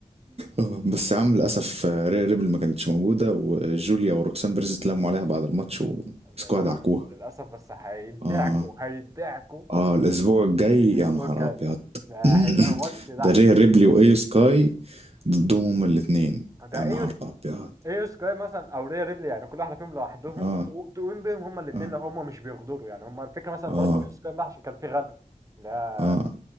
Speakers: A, on the right (about 45°); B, on the right (about 25°).
A: آه، بس يا عم للاسف آه، ريا ريبل ما كانتش موجوده وجوليا وروكسان بيريز اتلموا عليها بعد الماتش ومسكوها
B: <laughs> للاسف
A: دعكوها
B: للاسف بس هيدعكوا
A: اه
B: هيدعكوا
A: اه الاسبوع الجاي
B: الاسبوع
A: يا نهار
B: الجاي
A: ابيض
B: ده
A: <clears throat>
B: هيبقى ماتش لعب
A: ده ريا ريبلي وايو سكاي ضدهم هما الاتنين
B: ده
A: يا نهار
B: ايه
A: ابيض
B: ايه سكاي مثلا او ريا ريبلي يعني كل واحده فيهم لوحدهم
A: اه
B: تقو- تقوم بيهم هما الاثنين
A: اه
B: لو هما مش بيغدروا يعني هما الفكره مثلا
A: اه
B: ضربوا ايه سكاي بقى عشان كان في غدر لا
A: اه